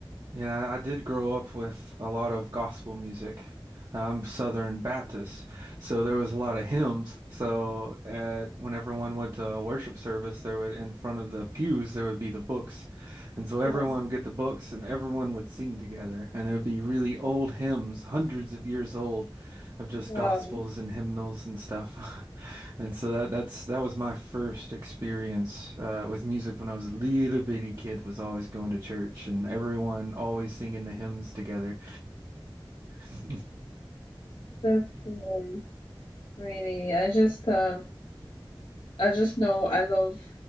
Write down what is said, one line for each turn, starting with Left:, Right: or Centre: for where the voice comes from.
Right: And I, I did grow up with a lot of gospel music. I'm Southern Baptist, so there was a lot of hymns. So at when everyone went to worship service, there would in front of the pews there would be the books, and so everyone
Left: Oh,
Right: would get the books and everyone would sing together. And there would be really old hymns, hundreds of years old, of just
Left: Wow,
Right: gospels and hymnals and stuff. <laughs> And so that that's that was my first experience uh, with music when I was a little bitty kid, was always going to church and everyone always singing the hymns together. <laughs>
Left: that's um, really. I just um, I just know I love